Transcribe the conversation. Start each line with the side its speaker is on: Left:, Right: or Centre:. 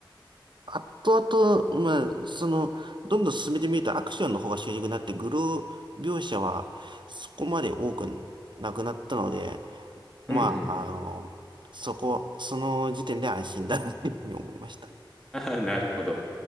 Right: 後々、まあ、その、どんどん進めてみるとアクションの方が主軸になって、グロー描写はそこまで多くなくなったので、まあ、
Centre: うんうんうん
Right: あの、そこ、その時点で安心だなっていうふうに思いました。
Centre: うん。<laughs> なるほど。